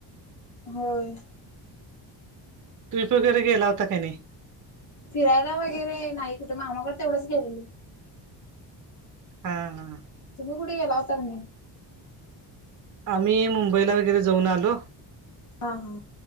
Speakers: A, on the left; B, on the right.
A: होय
B: ट्रप वगैरेला होता काय नाही
A: फिरायला वगैरे नाही कुठे मग मामाकडे तेवढंच गेलेले
B: हा हा
A: तुम्ही कुठेला होता का नाही
B: आम्ही मुंबईला वगैरे जाऊन आलो
A: हा हा